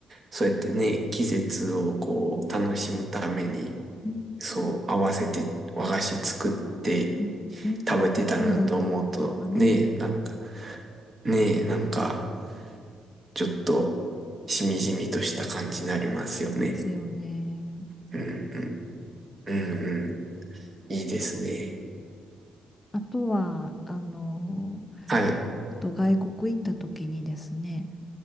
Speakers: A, on the right; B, on the left.
A: そうやってね、季節をこう、楽しむために、
B: うん
A: そう、合わせて和菓子作って
B: うんうんそうだったんですかね。
A: 食べてたなと思うと、ねえ、なんか、ねえ、なんか、ちょっと、しみじみとした感じになりますよね。
B: ですよね。
A: うんうん、うんうん、いいですね。
B: あとは、あの、
A: はい、
B: えっと外国行った時にですね、